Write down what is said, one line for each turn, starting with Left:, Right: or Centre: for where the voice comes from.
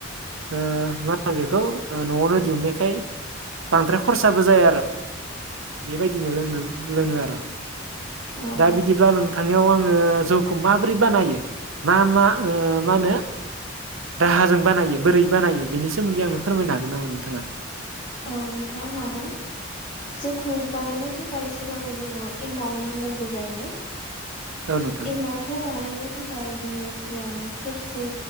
Right: ओ मा होनो बेखौ न'आवनो दिहुननायखाय बांद्राय खरसाबो जाया आरो बेबायदिनो लोंनो आर'
Left: औ
Right: दा
Left: औ
Right: बिदिब्ला नों थांनायाव आङो जौखौ माबोरै बानायो मा मा ओ मा होनो राहाजों बानायो बोरै बानायो बेनि सोमोन्दै आंनो फोरमायनो हागोन नामा नोंथाङा
Left: औ नोंथां हागोन जौखौ बानायनो थाखाय सिगां जोङो एमाउ नांग्रोगौ जायो
Right: औ नोंथां
Left: एमावखौ बानायनो थाखाय जोङो सिगां सेरसे